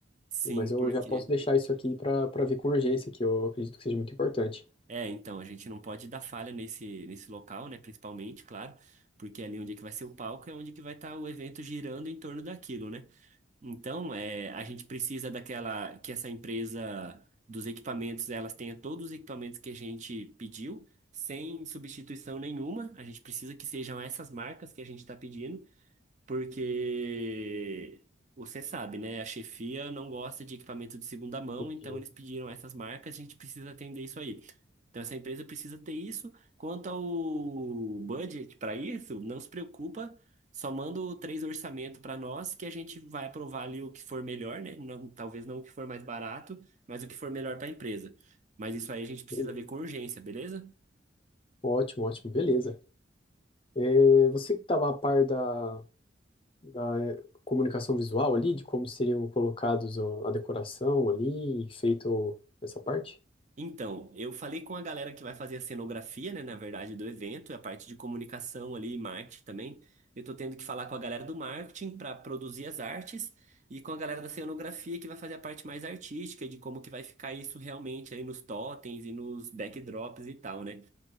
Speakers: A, on the right; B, on the left.
A: Sim,
B: Mas
A: porque
B: eu já posso deixar isso aqui para para ver com urgência, que eu acredito que seja muito importante.
A: é, então a gente não pode dar falha nesse nesse local, né, principalmente, claro, porque ali onde é que vai ser o palco é onde que vai estar o evento girando em torno daquilo, né? Então, é, a gente precisa daquela que essa empresa dos equipamentos, elas tenha todos os equipamentos que a gente pediu, sem substituição nenhuma. A gente precisa que sejam essas marcas que a gente está pedindo porque você sabe, né? A chefia não gosta de equipamento de segunda mão,
B: E,
A: então eles pediram essas marcas, a gente precisa atender isso aí. Então essa empresa precisa ter isso. Quanto ao budget para isso, não se preocupa, só manda o três orçamento para nós que a gente vai aprovar ali o que for melhor, né? Não- talvez não o que for mais barato, mas o que for melhor para a empresa. Mas isso aí a gente precisa
B: Beleza.
A: ver com urgência, beleza?
B: Ótimo, ótimo, beleza. É, você que estava a par da, da eh, comunicação visual ali, de como seriam colocados ó, a decoração ali, feito essa parte?
A: Então, eu falei com a galera que vai fazer a cenografia, né, na verdade, do evento, a parte de comunicação ali e marketing também. Eu tô tendo que falar com a galera do marketing para produzir as artes e com a galera da cenografia que vai fazer a parte mais artística de como que vai ficar isso realmente aí nos totens e nos backdrops e tal, né?